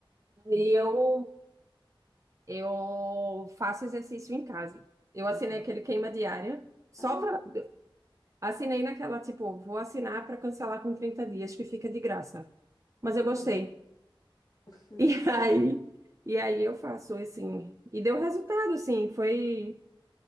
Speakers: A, on the right; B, on the left.
A: E eu, eu faço exercício em casa. Eu
B: Aham.
A: assinei aquele queima diária, só
B: Ah,
A: pra. Assinei naquela, tipo, vou assinar pra cancelar com 30 dias, que fica de graça. Mas eu gostei.
B: aham. <laughs>
A: E <laughs> aí, e aí eu faço, assim. E deu resultado, assim. Foi.